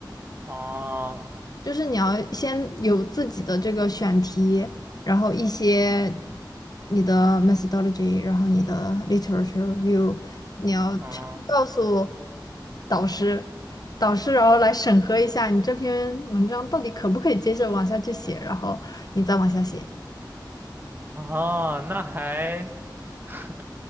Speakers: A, on the right (about 25°); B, on the left (about 55°).
A: 啊，
B: 就是你要先有自己的这个选题，然后一些你的 methodology，然后你的 literature review，你要全部告诉
A: 啊，
B: 导师，导师然后来审核一下你这篇文章到底可不可以接着往下去写，然后你再往下写。
A: 啊，哦那还。<laughs>